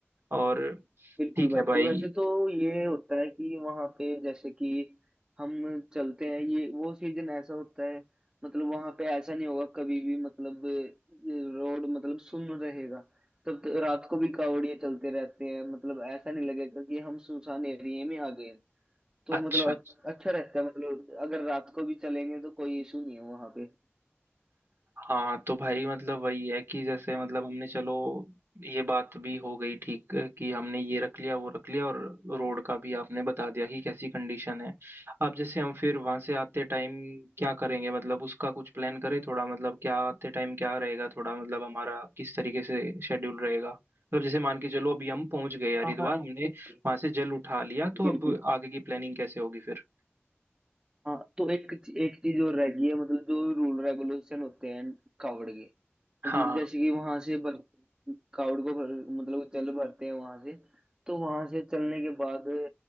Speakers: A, on the right (about 65°); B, on the right (about 20°).
A: और
B: बिल्कुल
A: ठीक
B: भाई
A: है भाई
B: तो वैसे तो ये होता है कि वहां पे जैसे कि हम चलते हैं ये वो सीजन ऐसा होता है मतलब वहां पे ऐसा नहीं होगा कभी भी मतलब रोड मतलब सुन रहेगा तब तो रात को भी कावड़िए चलते रहते हैं मतलब ऐसा नहीं लगेगा कि हम सुनसान एरिया में आ गए हैं तो
A: अच्छा
B: मतलब अ- अच्छा रहता है मतलब अगर रात को भी चलेंगे तो कोई इशू नहीं है वहां पे
A: हाँ तो भाई मतलब वही है कि जैसे मतलब हमने चलो ये बात भी हो गई ठीक कि हमने ये रख लिया वो रख लिया और रोड का भी आपने बता दिया कि कैसी कंडीशन है अब जैसे हम फिर वहां से आते टाइम क्या करेंगे मतलब उसका कुछ प्लान करें थोड़ा मतलब क्या आते टाइम क्या रहेगा थोड़ा मतलब हमारा किस तरीके से शेड्यूल रहेगा मतलब जैसे मान के चलो अभी हम पहुंच गए हरिद्वार
B: हाँ हाँ
A: हमने
B: एक
A: वहां से जल उठा लिया तो
B: बिल्कुल
A: अब आगे की प्लानिंग कैसे होगी फिर
B: हाँ तो एक एक चीज और रह गई है मतलब जो रूल रेगुलेशन होते हैं कावड़ के
A: हाँ
B: मतलब जैसे
A: हाँ
B: कि वहां से भर, कावड़ को भर, मतलब चल भरते हैं वहां से तो वहां से चलने के बाद